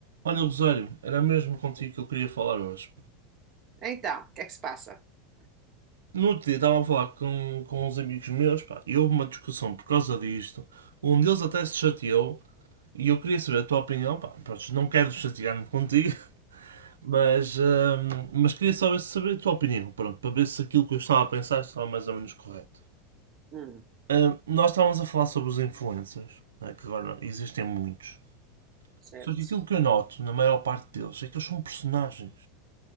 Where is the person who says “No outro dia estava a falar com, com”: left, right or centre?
Right